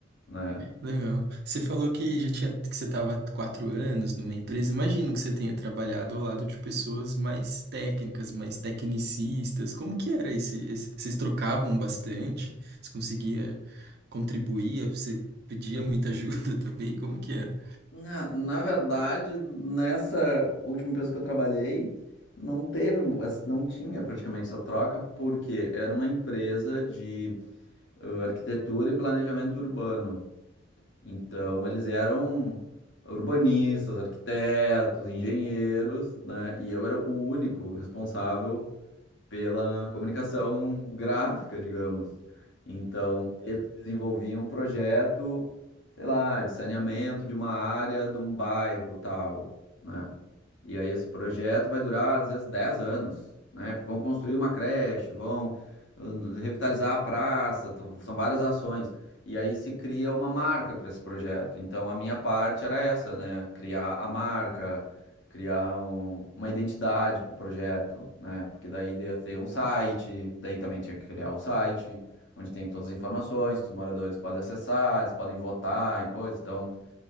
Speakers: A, on the left (about 65°); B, on the right (about 55°).
A: né?
B: Legal. Você falou que já tinha, que você estava quatro anos numa empresa. Imagino que você tenha trabalhado ao lado de pessoas mais técnicas, mais tecnicistas. Como que era esse, esse- Vocês trocavam bastante? Você conseguia contribuir? Você pedia muita ajuda <laughs> também? Como que era?
A: Na, na verdade, nessa última empresa que eu trabalhei, não teve, mu- as- não tinha praticamente essa troca, porque era uma empresa de ãh, arquitetura e planejamento urbano. Então, eles eram urbanistas, arquitetos, engenheiros, né? E eu era o único responsável pela comunicação gráfica, digamos. Então, eles desenvolviam um projeto, sei lá, de saneamento de uma área, de um bairro, tal, né? E aí esse projeto vai durar, às vezes, 10 anos, né? Porque vão construir uma creche, vão uh, revitalizar a praça, então, são várias ações. E aí se cria uma marca para esse projeto. Então, a minha parte era essa, né? Criar a marca, criar um- uma identidade para o projeto, né? Porque daí ia ter um site, daí também tinha que criar o site, onde tem todas as informações que os moradores podem acessar, eles podem votar e coisas. Então,